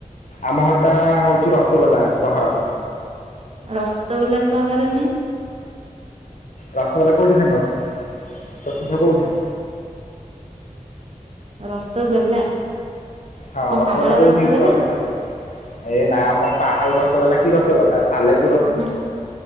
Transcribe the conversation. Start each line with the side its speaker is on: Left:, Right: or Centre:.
Left: ଆମ ଘରଟା ହଉଛି ରସଗୋଲା ସହର।
Right: ରସଗୋଲା ସହର ମିନ୍ସ?
Left: ରାସଗୋଲା କୋଉଠି ଫେମସ ପ୍ରସିଦ୍ଧ କୋଉଠି?
Right: ରସଗୋଲା?
Left: ହଁ
Right: କଣ
Left: ରସଗୋଲା
Right: ପାହାଡ
Left: କୋଉଠି
Right: ରସଗୋଲା
Left: ପ୍ରସିଦ୍ଧ ଏ ନା ମ ପାହାଳ ରସଗୋଲା କି ରସଗୋଲା ସାଲେପୁର
Right: ନା